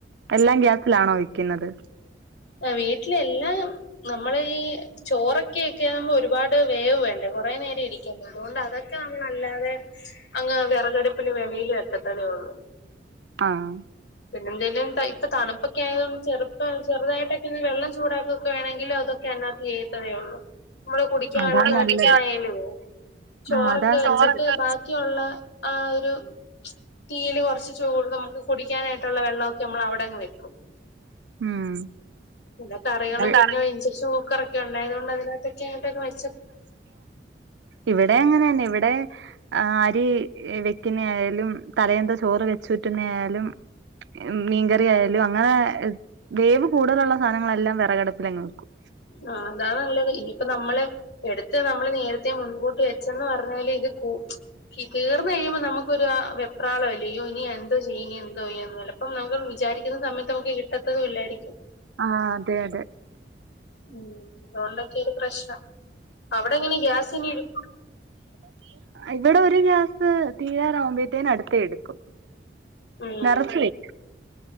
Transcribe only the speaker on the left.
ആ വീട്ടില എല്ലാം നമ്മൾ ഈ ചോറൊക്കെക്കാകുമ്പോ ഒരുപാട് വേവ് വേണ്ടേ കുറെേ നേരം ഇരിക്കണ്ട അതുകൊണ്ട് അതൊക്കെ നമ്മല്ലാതെ അങ്ങ് വെറകടുപ്പിലും വെമയിലും <unintelligible>
പിന്നെ എന്തെലും <unintelligible> ഇപ്പ തണുപ്പൊക്കെ ആയതുകൊണ്ട് ചെറുപ്പ ചെറുതായിട്ടൊക്കെ ഇ വെള്ളം ചൂടാക്കുകക്കെ വേണെങ്കിലു അതൊക്കെ അതിനകത്തു ചെയ്യാത്തൊള്ളൂ. നമ്മള് കുടിക്കാൻ
വെള്ളം തിളപ്പിക്കാനായാലും
ചോറൊക്കെ
വെച്ചിട്ട്
ബാക്കി. ക്കുള്ള ആ ഒരു തീയിൽ കുറച്ച് ചൂട് നമുക്ക് കുടിക്കാനായിട്ടുള്ള വെള്ളമൊക്കെ നമ്മള് അവിടെ അങ്ങ് വെക്കും.
ഇല്ല കറികളും
പിന്നെ ഇൻടെക്ഷൻ കുക്കറ ഒക്കെ ഉണ്ടായത് കൊണ്ട് അതിനകത്തെക്കെ <unintelligible>
ആ അതാ നല്ലത് ഇനിയിപ്പോ നമ്മള് എടുത്ത് നമ്മള് നേരത്തെ മുൻകൂട്ടി വെ പച്ചന്ന് പറഞ്ഞാല് ഇത് കൂ തീർന്നു കഴിയുമ്പോ നമുക്കൊരു വെപ്രാളല്ലേ യ്യെ ഇനി എന്തോ ചെയ്യും എന്തോ ചെയ്യന്ന് വ അപ്പോ നമ്മൾക്ക് വിചാരിക്കുന്ന സമയത്ത് നമുക്ക് കിട്ടത്തതും ഇല്ലായിരിക്കും
ഉം അതുകൊണ്ടൊക്കെയൊരു പ്രശ്നം അവിടെ എങ്ങനെ ഗ്യാസ് ഇടും
ഉം